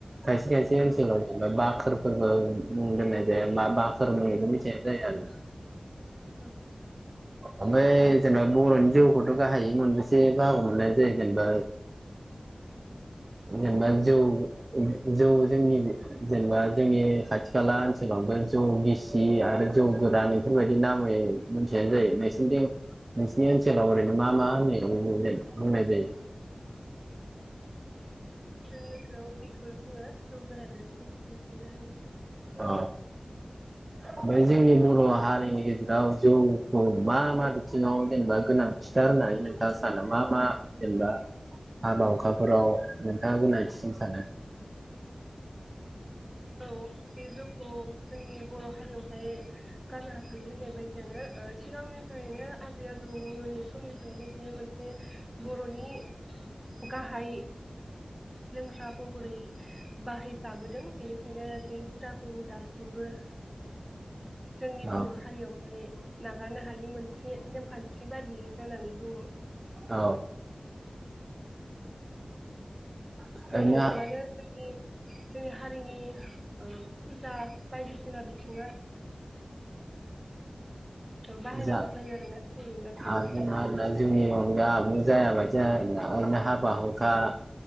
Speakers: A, on the right; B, on the right.
A: खायसे खायसे
B: औ
A: ओनसोलाव जेनबा बाखोर फोरबो मुं दोननाय जाया मा बाखोर मुं बेखौ मिथिनाय जायो आरो
B: औ
A: ओमफ्राय जेनेबा बर'नि जौखौथ' गाहायै मोनबेसे बाहागो मोननाय जायो जेनेबा जेनेबा जौ जौ जोंनि जेनेबा जोंनि खाथि खाला ओनसोलावनो जौ गिसि आरो जौ गोरान बेफोरबायदि नामै मिथिनाय जायो नोंसोरनि नोंसिरनि ओनसोलाव ओरैनो मा मा होननाय बुंनाय जायो
B: जोंनिखौ बेखौनो बुङो जौ गोरानानै गिसिबो बिखौनो होनो
A: अ ओमफ्राय जोंनि बर' हारिनि गेजेराव जौखौ मा मा बिथिङाव जेनेबा गोनांथिथार होननानै नोंथाङा सानो मा मा जेनेबा हाबा हुखाफोराव नोंथाङा गोनांथिसिन सानो
B: औ बे जौखौ जोंनि बर' हारियावहाय गारनो हाखायै होननाय बायदियानो सिगांनिफ्रायनो आजै आजौै समनिफ्रायनो बियो मोनसे बर'नि गाहाय लोंग्रा महरै बाहायजाबोदों बेनिखायनो बे हुदाखौ दासिमबो जोंनि
A: औ
B: बर' हारियावहाय नागारनो हायि मोनसे नेमखान्थि बादियै जानानै दङ
A: औ ओरैनो
B: जौ नङाब्लानो जोंनि जोंनि हारिनि ओ फुजा ओ बायदिसिना बिथिङा बाहायनांगौ
A: जा
B: जायो आरोना जोंनि गासैबो
A: हागोन आरोना जोंनि अनगा आबुं जायाबायदि जाया बादि जायो आरोना ओरैनो हाबाहुखा